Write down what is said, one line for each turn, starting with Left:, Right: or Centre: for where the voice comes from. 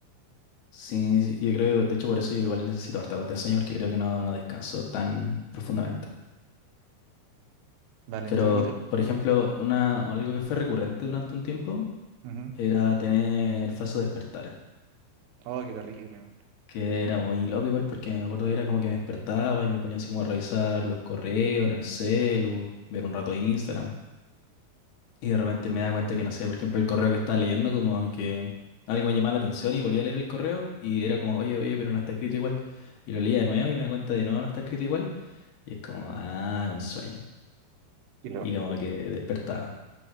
Left: Sí, sí, yo creo, de hecho por eso yo igual necesito harta los de sueño porque creo que no, no descanso tan profundamente.
Right: Vale,
Left: Pero,
Right: entiendo. Y tú-
Left: por ejemplo, una, algo que fue recurrente durante un tiempo
Right: ujú.
Left: era tener falsos despertares,
Right: Oh, qué terrible. man.
Left: que era muy loco igual porque me acuerdo que era como que me despertaba y me ponía así como a revisar los correos en el celu, ver un rato Instagram y de repente me daba cuenta que, no sé, por ejemplo, el correo que estaba leyendo como que algo me llamaba la atención y volví a leer el correo y era como, oye, oye, pero no está escrito igual. Y lo leía de nuevo y me da cuenta de no, no está escrito igual. Y es como, ah, es un sueño.
Right: Qué
Left: Y
Right: loco,
Left: como que despertaba.